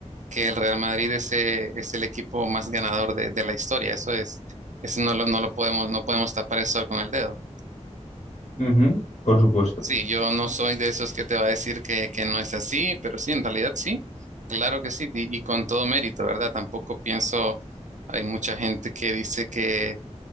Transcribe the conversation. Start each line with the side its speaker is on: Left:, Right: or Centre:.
Right: que el Real Madrid es, eh, es el equipo más ganador de, de la historia. Eso es, eso no lo, no lo podemos, no podemos tapar el sol con el dedo.
Left: Ujú, por supuesto.
Right: Sí, yo no soy de esos que te va a decir que, que no es así, pero sí, en realidad sí, claro que sí, y, y con todo mérito, ¿verdad? Tampoco pienso, hay mucha gente que dice que,